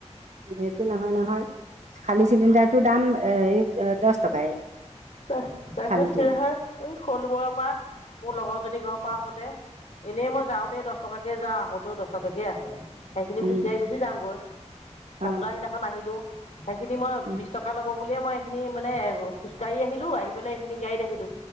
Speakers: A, on the right (about 75°); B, on the left (about 70°).
A: সেটো নহয় নহয়, খালী চিলিণ্ডাৰটোৰ দাম এ দছ টকাই।
B: <unintelligible> সিনাখন
A: খালীটো
B: শ'লমৰা পা মোৰ লগৰজনীৰ ঘৰৰ পা আহোঁতে ইনে মই যাওঁতে দছ টকাকে যাওঁ, আহোঁতেও দছ টকাকেই আহোঁ। সেইখিনি
A: উম,
B: খোজকাঢ়ি গুচি যামগৈ, তাৰ
A: অ',
B: পিছত আৰু সেইদিনাখন আহিলো। সেইখিনি মই
A: উম,
B: বিশ টকা ল'ব বুলিয়ে মই সেইখিনি মানে খোজ কাঢ়ি আহিলো। আহি পেলে এইখিনি গাড়ীত আহিলো,